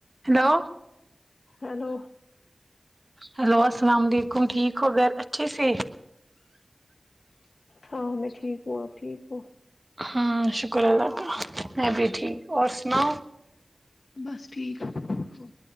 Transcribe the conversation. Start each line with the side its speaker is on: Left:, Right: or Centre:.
Right: Hello
Left: hello
Right: hello اسلام علیکم ٹھیک ہو گھر اچھے سے
Left: ہاں میں ٹھیک ہوں اپ ٹھیک ہوں
Right: ہاں شکر اللہ کا میں بھی ٹھیک ہوں اور سناؤ
Left: بس ٹھیک <inaudible>